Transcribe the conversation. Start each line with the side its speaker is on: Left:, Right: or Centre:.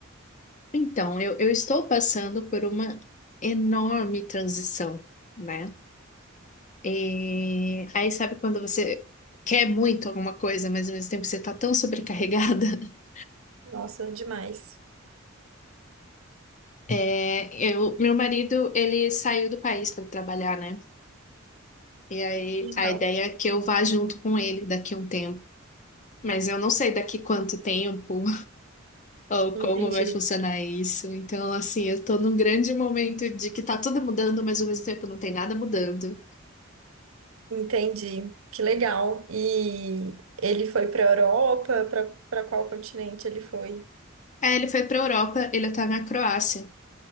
Left: Então, eu, eu estou passando por uma enorme transição, né? E aí, sabe quando você quer muito alguma coisa, mas ao mesmo tempo você tá tão sobrecarregada? <laughs>
Right: Nossa, demais.
Left: É, eu, meu marido, ele saiu do país para trabalhar, né? E aí,
Right: Legal.
Left: a ideia é que eu vá junto com ele daqui a um tempo. Mas eu não sei daqui quanto tempo, ou
Right: Entendi.
Left: como vai funcionar isso. Então, assim, eu tô num grande momento de que tá tudo mudando, mas ao mesmo tempo não tem nada mudando.
Right: Entendi. Que legal. E ele foi para a Europa? Para para qual continente ele foi?
Left: Aí ele foi pra Europa, ele tá na Croácia.